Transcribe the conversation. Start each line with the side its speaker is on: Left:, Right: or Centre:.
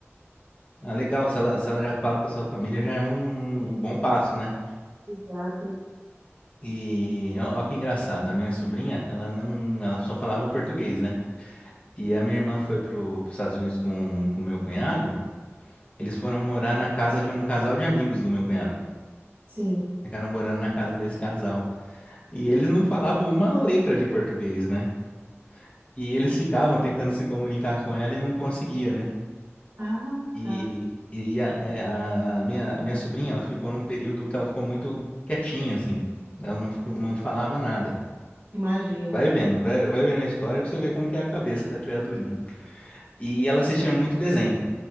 Left: Ah, legal, se ela, se ela já fala com a sua família, já é um, um bom passo, né?
Right: exato,
Left: E ó, ó que engraçado, a minha sobrinha, ela não, ela só falava português, né? E a minha irmã foi para os Estados Unidos com com o meu cunhado, eles foram morar na casa de um casal de amigos do meu cunhado.
Right: sim.
Left: Ficaram morando na casa desse casal. E eles não falavam uma letra de português, né? E eles ficavam tentando se comunicar com ela e não conseguia, né?
Right: Ah,
Left: E,
Right: tá,
Left: e a, é, a minha, a minha sobrinha, ela ficou num período que ela ficou muito quietinha, assim. Ela não, fi- não falava nada.
Right: imagino.
Left: Vai vendo, vai, vai vendo a história pra você ver como que é a cabeça da criaturinha. E ela assistia muito desenho.